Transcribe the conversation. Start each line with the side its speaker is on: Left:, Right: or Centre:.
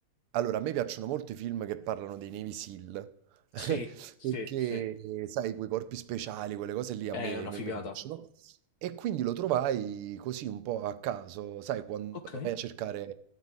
Right: Allora, a me piacciono molto i film che parlano dei Navy SEAL, <laughs>
Left: Sì, sì,
Right: perché,
Left: sì.
Right: eh, sai, quei corpi speciali, quelle cose lì
Left: È
Right: a me,
Left: una
Right: a me-
Left: figata.
Right: a me piacciono. E quindi lo trovai così un po' a caso, sai, quando
Left: Ok,
Right: vai a cercare...